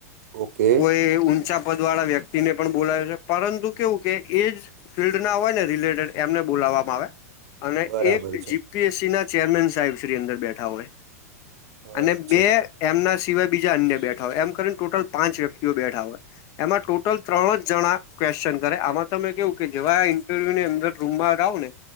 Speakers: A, on the right; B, on the left.
A: ઓકે
B: કોઈ ઊંચા પદ વાળા વ્યક્તિને પણ બોલાવે છે, પરંતુ કેવું કે એજ ફિલ્ડ ના હોય ને રિલેટેડ એમને બોલાવવામાં આવે અને
A: બરાબર
B: એક
A: છે
B: એસસી ના ચેરમેન સાહેબ શ્રી અંદર બેઠા હોય. અને
A: અચ્છા
B: બે એમના સિવાય બીજા અન્ય બેઠા હોય એમ કરીને ટોટલ પાંચ વ્યક્તિઓ બેઠા હોય. એમાં ટોટલ ત્રણ જ જણા ક્વેશ્ચન કરે આમાં તમે કેવું કે જેવા આ ઇન્ટરવ્યુ ની અંદર રૂમમાં ગાવ ને